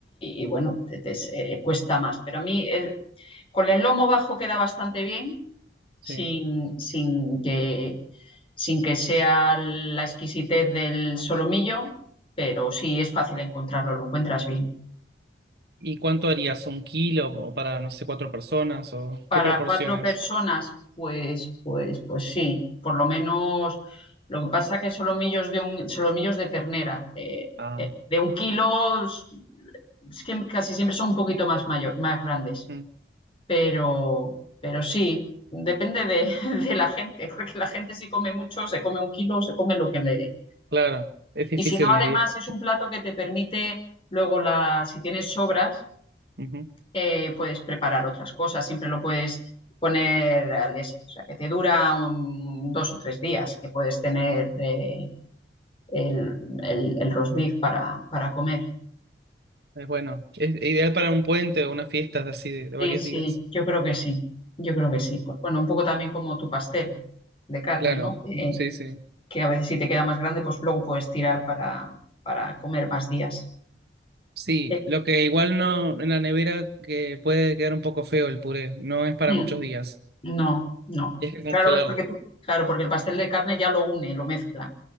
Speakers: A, on the left; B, on the right.
A: y, bueno, te, te eh, cuesta más. Pero a mí eh, con el lomo bajo queda bastante bien,
B: sí.
A: sin, sin que, sin que sea la exquisitez del solomillo, pero sí es fácil encontrarlo, lo encuentras bien.
B: ¿Y cuánto harías? ¿Un kilo o para, no sé, cuatro personas? ¿O
A: Para
B: qué proporciones?
A: cuatro personas, pues, pues, pues sí, por lo menos lo que pasa que solomillos de un, solomillos de ternera, eh,
B: Ah,
A: de un kilo es que casi siempre son un poquito más mayor, más grandes,
B: ujú,
A: pero, pero sí, depende de, <laughs> de la gente, porque la gente si come mucho, se come un kilo, se come lo que le...
B: claro, es difícil
A: Y si no, además
B: medir.
A: es un plato que te permite luego, la, si tienes sobras,
B: Ujú,
A: eh, puedes preparar otras cosas, siempre lo puedes poner al des- o sea, que te dura un- dos o tres días, que puedes tener eh, el, el, el roast beef para, para comer.
B: Es bueno, es ideal para un puente o unas fiestas así de de
A: Sí,
B: varios
A: sí,
B: días.
A: yo creo que sí, yo creo que sí. Pues bueno, un poco también como tu pastel de carne,
B: Claro,
A: ¿no? Eh,
B: sí, sí.
A: que a veces si te queda más grande, pues luego puedes tirar para, para comer más días.
B: Sí,
A: Eh,
B: lo que igual no en la nevera que puede quedar un poco feo el puré, no es para
A: mm,
B: muchos días.
A: no, no.
B: Tienes que congelarlo,
A: Claro, eh, porque tú, claro, porque el pastel de carne ya lo une, lo mezcla.